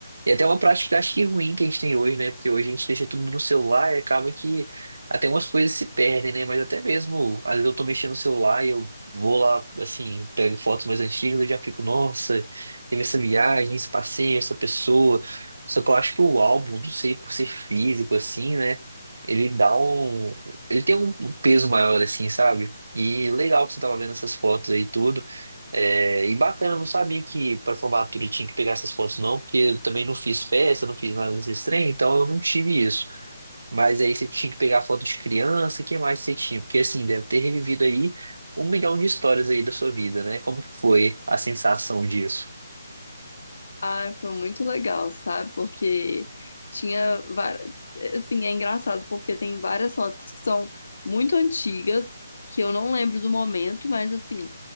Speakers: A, on the right; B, on the left.
A: E até uma prática acho que ruim que a gente tem hoje, né? Porque hoje a gente deixa tudo no celular e acaba que até umas coisas se perdem, né? Mas até mesmo, às vezes eu tô mexendo no celular e eu vou lá, assim, pego fotos mais antigas, eu já fico, nossa, teve essa viagem, esse passeio, essa pessoa. Só que eu acho que o álbum, não sei, por ser físico, assim, né? Ele dá um. Ele tem um um peso maior, assim, sabe? E legal que você tava vendo essas fotos aí, tudo. É, e bacana, eu não sabia que para formatura tinha que pegar essas fotos, não, porque eu também não fiz festa, não fiz nada desse trem, então eu não tive isso. Mas aí você tinha que pegar foto de criança, o que mais você tinha? Porque assim, deve ter revivido aí um milhão de histórias aí da sua vida, né? Como que foi a sensação disso?
B: Ai, foi muito legal, sabe? Porque tinha, va- assim, é engraçado porque tem várias fotos que são muito antigas, que eu não lembro do momento, mas assim,